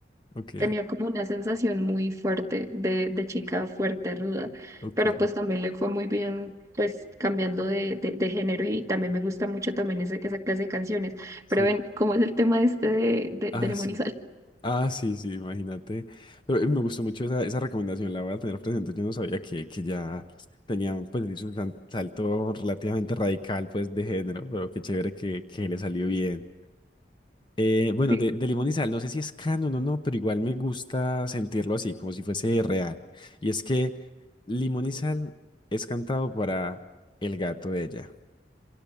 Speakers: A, on the left (about 25°); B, on the right (about 15°).
A: Ok,
B: tenía como una sensación muy fuerte de, de chica fuerte, ruda,
A: ok,
B: pero pues también le fue muy bien, pues cambiando de, de, de género y también me gusta mucho también ese, esa clase de canciones.
A: sí.
B: Pero ven, ¿cómo es el tema este de, de,
A: Ah,
B: de Lemonizal?
A: sí.
B: <laughs>
A: Ah, sí, sí, imagínate. Pero eh, me gustó mucho esa, esa recomendación, la voy a tener presente. Yo no sabía que, que ya tenía, pues, hizo un tan- salto relativamente radical, pues, de género, pero qué chévere que, que le salió bien. Eh, bueno,
B: Sí.
A: de, de Limón y Sal, no sé si es canon o no, pero igual me gusta sentirlo así, como si fuese real. Y es que Limón y Sal es cantado para el gato de ella.